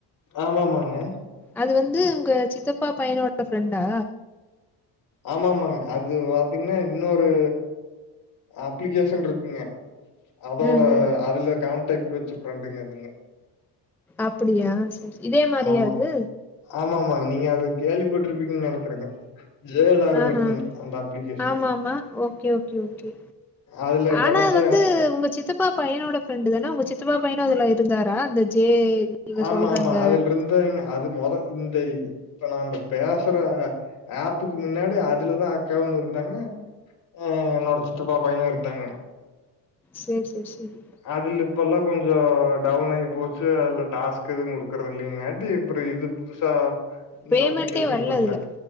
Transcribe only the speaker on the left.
ஆமாமாங்க
ஆமா ஆமாங்க அது பாத்தீங்கன்னா இன்னொரு அப்ளிகேஷன் இருக்குங்க அதோட
அதுல கான்டக்ட் வச்சு ஃப்ரண்டுங்க அதுங்க
ஆமா
ஆமா ஆமாங்க நீங்க அது கேள்விப்பட்ருப்பீங்கன்னு நெனைக்கிறேங்க ஜேல ஆரம்பிக்குங்க
அந்த அப்ளிகேஷனுங்க
அதுல
கெடைச்ச
ஆமா
ஆமா
அதுல் இருந்தவங்க அது மொத இந்த இப்ப நாம பேசுற ஆப்புக்கு முன்னாடி அதுலதா அக்காவும் இருந்தாங்க ஆ என்னோட சித்தப்பா பையனு இருந்தாங்க
அதுல இப்ப எல்லா கொஞ்சோ டவுன் ஆயி போச்சு அல டாஸ்க் எதுவு குடுக்குறது இல்லலைங்காட்டி இப்புறோ இது புதுசா இந்த
அப்ளிகேஷன்கு
வந்ட்டே